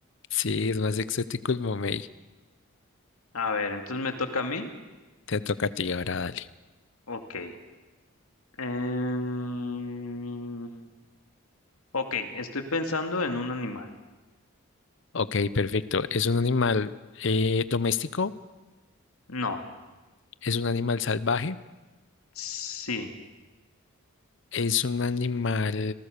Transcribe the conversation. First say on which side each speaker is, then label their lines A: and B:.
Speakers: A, on the left (about 55°); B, on the left (about 80°).
A: Sí, es más exótico el mamey.
B: A ver, entonces me toca a mí.
A: Te toca a ti, ahora dale.
B: Ok. Em, Ok, estoy pensando en un animal.
A: Ok, perfecto. ¿Es un animal eh, doméstico?
B: No,
A: ¿Es un animal salvaje?
B: sí.
A: Es un animal